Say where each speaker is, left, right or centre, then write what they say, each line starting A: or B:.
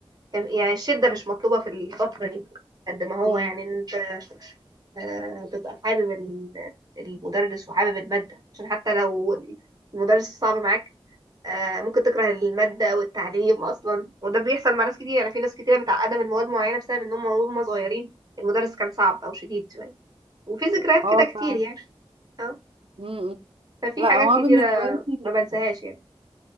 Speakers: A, on the right (about 40°); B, on the right (about 60°).
A: كان يعني الشدة مش مطلوبة في الفترة دي قد ما هو
B: امم
A: يعني إن انت آه، تبقى حابب ال- المدرس وحابب المادة عشان حتى لو المدرس صعب معاك آه، ممكن تكره المادة والتعليم أصلا وده بيحصل مع ناس كتير يعني في ناس كتيرة متعقدة من مواد معينة بسبب إنهم وهم صغيرين المدرس كان صعب أو شديد شوية وفي ذكريات
B: اه
A: كده كتير
B: فعلا.
A: يعني اه
B: امم
A: ففي
B: لا
A: حاجات
B: هو
A: كتيرة
B: بالنسبه لي
A: ما بنساهاش يعني